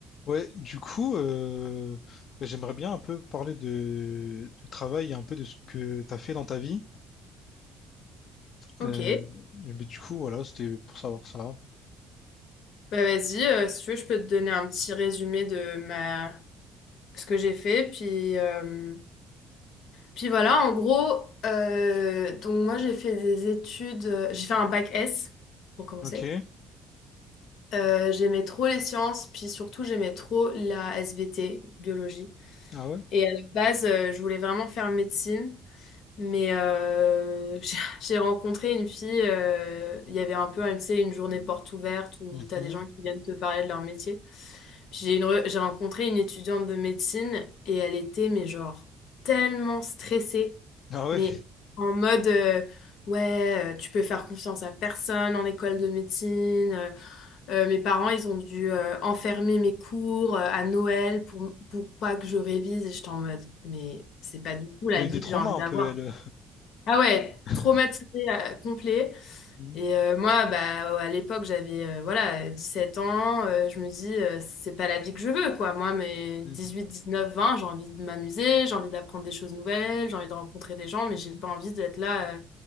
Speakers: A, on the left; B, on the left.
A: Ouais, du coup, euh, bah, j'aimerais bien un peu parler de, du travail et un peu de ce que tu as fait dans ta vie.
B: Ok,
A: Euh, mais du coup, voilà, c'était pour savoir ça.
B: bah vas-y, euh, si tu veux, je peux te donner un petit résumé de ma... ce que j'ai fait. Puis, euh, puis voilà, en gros, euh, donc moi j'ai fait des études, euh, j'ai fait un bac S pour commencer.
A: Ok,
B: Euh, j'aimais trop les sciences, puis surtout j'aimais trop la SVT, biologie.
A: ah ouais?
B: Et à la base, euh, je voulais vraiment faire médecine. Mais euh, <laughs> j'ai j'ai rencontré une fille, euh, il y avait un peu, hein, tu sais, une journée porte ouverte où
A: Mhm.
B: tu as des gens qui viennent te parler de leur métier. Puis j'ai une re- j'ai rencontré une étudiante de médecine et elle était, mais genre, tellement stressée,
A: Ah ouais?
B: mais en mode, euh, ouais, euh, tu peux faire confiance à personne en école de médecine. Euh, euh, mes parents, ils ont dû euh, enfermer mes cours euh, à Noël pour, pour pas que je révise. Et j'étais en mode, mais c'est pas du tout la
A: Elle a
B: vie
A: eu des traumas
B: que j'ai envie
A: un
B: d'avoir.
A: peu, elle.
B: Ah ouais,
A: <laughs>
B: traumatisé euh, complet.
A: Mhm.
B: Et euh, moi, bah, à l'époque, j'avais euh, voilà, sept ans. euh, je me dis, euh, c'est pas la vie que je veux, quoi. Moi, mes
A: Mhm.
B: 19, 20, j'ai envie de m'amuser, j'ai envie d'apprendre des choses nouvelles, j'ai envie de rencontrer des gens, mais j'ai pas envie d'être là euh,